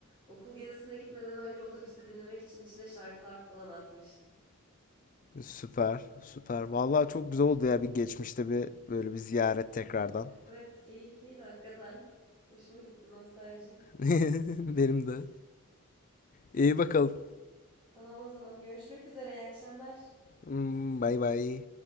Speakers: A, on the right; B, on the left.
A: Okul gezisine gitmeden önce otobüste dinlemek için içine şarkılar falan atmıştım.
B: süper, süper. Vallahi çok güzel oldu ya bir geçmişte bir böyle bir ziyaret tekrardan.
A: Evet, keyifliydi hakikaten. Hoşuma gitti nostalji.
B: <laughs> Benim de. İyi bakalım.
A: Tamam o zaman görüşmek üzere, iyi akşamlar.
B: Hmm, Bay bay.